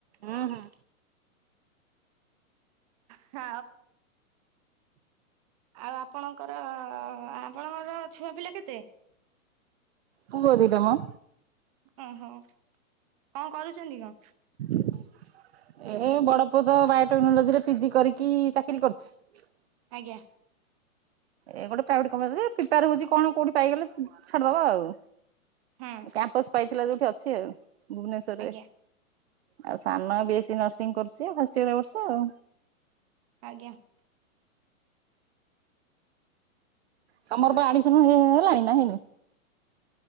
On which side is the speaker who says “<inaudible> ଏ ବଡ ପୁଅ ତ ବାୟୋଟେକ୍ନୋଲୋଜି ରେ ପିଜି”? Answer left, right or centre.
Right